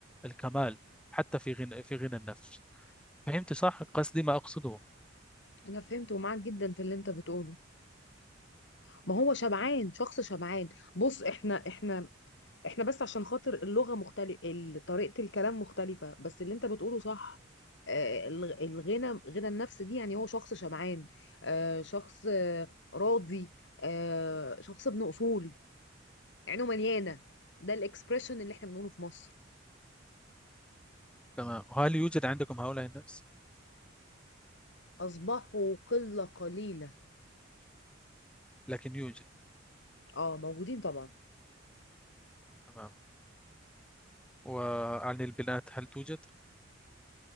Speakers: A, in the centre; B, on the left.
A: الكمال حتى في غنى في غنى النفس فهمت صح قصدي ما أقصده
B: انا فهمت ومعاك جدا في اللي انت بتقوله ما هو شبعان شخص شبعان بص احنا احنا احنا بس عشان خاطر اللغة مختلفة طريقة الكلام مختلفة بس اللي انت بتقوله صح آه، الغ- الغنى غنى النفس دي يعني هو شخص شبعان آه، شخص آه، راضي آه، شخص ابن اصول عينه مليانة ده الاكسبريشن اللي احنا بنقوله في مصر
A: تمام هل يوجد عندكم هؤلاء الناس
B: اصبحوا قلة قليلة
A: لكن يوجد
B: اه موجودين طبعا
A: تمام وعن البنات هل توجد